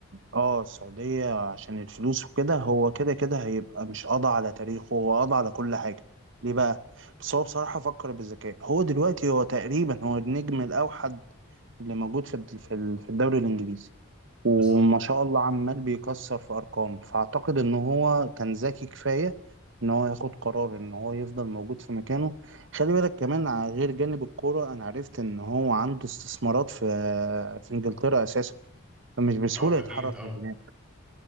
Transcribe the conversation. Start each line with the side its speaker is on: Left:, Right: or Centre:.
Right: اه السعودية عشان الفلوس وكده هو كده كده هيبقى مش قضى على تاريخه هو قضى على كل حاجة ليه بقى؟ بس هو بصراحة فكر بالذكاء هو دلوقتي هو تقريبا هو النجم الأوحد اللي موجود في في في الدوري الإنجليزي وما
Centre: بالظبط
Right: شاء الله عمال بيكسر في ارقام فاعتقد ان هو كان ذكي كفايه ان هو ياخد قرار ان هو يفضل موجود في مكانه خلي بالك كمان على غير جانب الكوره انا عرفت ان هو عنده استثمارات في في انجلترا اساسا فمش بسهوله
Centre: اه اكيد
Right: يتحرك
Centre: اه
Right: من هناك